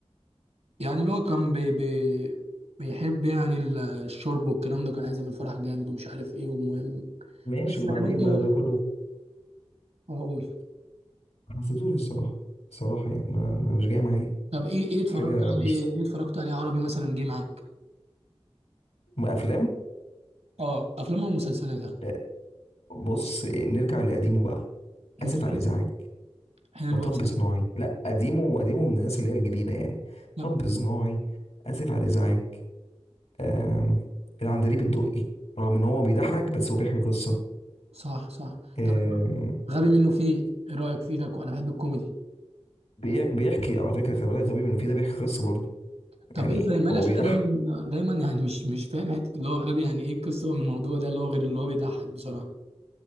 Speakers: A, on the right; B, on the left.
A: يعني اللي هو كان بي بي بيحب يعني ال- الشرب والكلام ده كان عايز يعمل فرح جامد ومش عارف ايه والمهم
B: ماشي
A: بس
B: وبعدين
A: يعني برضه
B: بقى
A: هو-
B: ده كله
A: اقول
B: ما حسيتوش الصراحه الصراحه يعني ما ما- مش جاي معايا
A: طب ايه ايه اتفرجت
B: حاجه مش
A: عليه ايه اتفرجت عليه عربي مثلا جه معاك
B: افلام
A: اه افلام او مسلسلات يعني
B: آه، بص نرجع لقديمه بقى اسف
A: انت بتحب
B: على الازعاج
A: حلو
B: مطب
A: أسف.
B: صناعي لا قديمه قديمه من الناس اللي هي الجديده يعني
A: طب
B: مطب صناعي اسف على الازعاج آم، العندليب الدقي رغم ان هو بيضحك بس هو بيحكي قصه
A: صح صح
B: آم،
A: طب غبي منه فيه ايه رأيك فيه ده انا بحب الكوميدي
B: بي- بيحكي على فكره خلي بالك غبي منه فيه ده بيحكي قصه برضه يعني
A: طب ايه فاهم مالي،
B: هو
A: عشان
B: بيضحك
A: انا دايما دايما يعني مش مش فاهم حته اللي هو غبي يعني ايه القصه من الموضوع ده اللي هو غير اللي هو بيضحك بصراحه